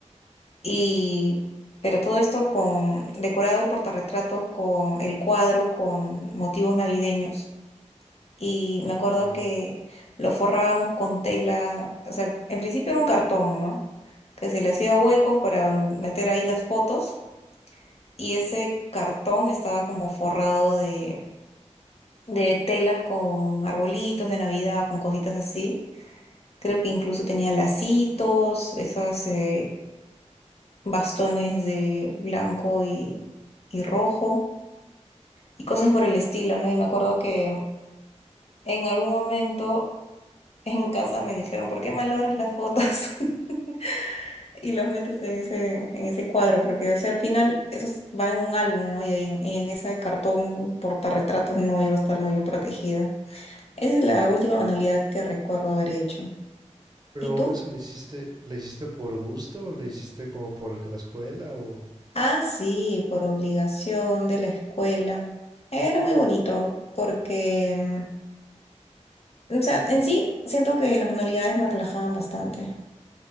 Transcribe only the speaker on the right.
Ok.
Pero
eso lo hiciste, ¿la hiciste por gusto? o ¿La hiciste como por que la escuela? O,